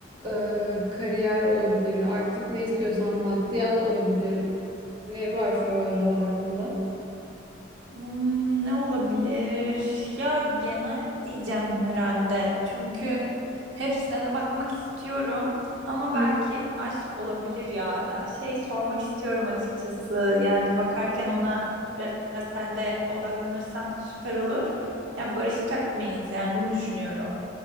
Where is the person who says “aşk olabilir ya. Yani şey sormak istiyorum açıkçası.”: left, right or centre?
Right